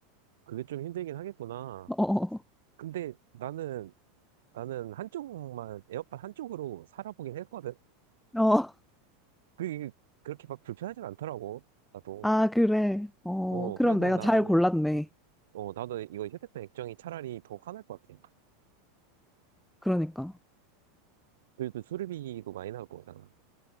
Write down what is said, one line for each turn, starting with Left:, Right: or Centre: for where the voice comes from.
Right: 그게 좀 힘들긴 하겠구나.
Centre: <laughs> 어, 어.
Right: 근데 나는, 나는 한쪽만, 에어팟 한쪽으로 살아보긴 했거든.
Centre: 어.
Right: 그게 그렇게 막 불편하진 않더라고. 나도.
Centre: 아, 그래. 어,
Right: 어,
Centre: 그럼
Right: 그래서
Centre: 내가
Right: 나도
Centre: 잘 골랐네.
Right: 어, 나도 이거 휴대폰 액정이 차라리 더 화날 것 같아.
Centre: 그러니까.
Right: 그래도 수리비도 많이 나올 거잖아.